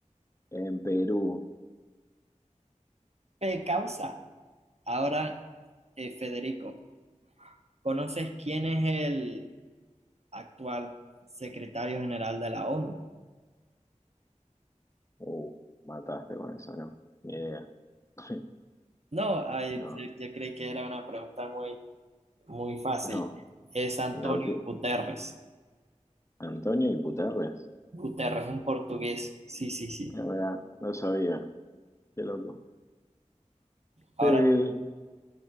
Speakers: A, on the left (about 25°); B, on the right (about 55°).
A: En Perú.
B: ¿Qué causa? Ahora, eh, Federico, ¿conoces quién es el actual secretario general de la ONU?
A: Uh, mataste con eso, ¿no? Ni idea. <laughs>
B: No, ay,
A: No,
B: yo, yo creí que era una pregunta muy, muy fácil.
A: no.
B: Es Antonio
A: No, ¿qué?
B: Guterres.
A: Antonio y Puterres.
B: Guterres, un portugués. Sí, sí, sí.
A: La verdad, no sabía. Qué loco.
B: Ahora,
A: Eh,